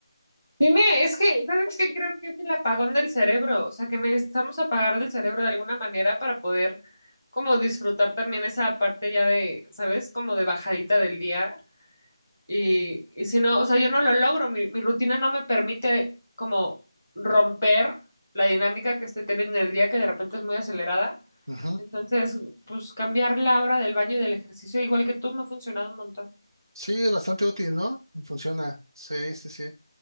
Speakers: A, in the centre; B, on the right (about 55°).
A: Dime, es que, ¿sabes qué? Creo que es el apagón del cerebro, o sea, que necesitamos apagar del cerebro de alguna manera para poder como disfrutar también esa parte ya de, ¿sabes? Como de bajadita del día. Y, y si no, o sea, yo no lo logro, mi, mi rutina no me permite como romper la dinámica que estoy teniendo en el día, que de repente es muy acelerada.
B: Ujú.
A: Entonces, pues cambiar la hora del baño y del ejercicio, igual que tú, me ha funcionado un montón.
B: Sí, es bastante útil, ¿no? Funciona. Sí, sí, sí.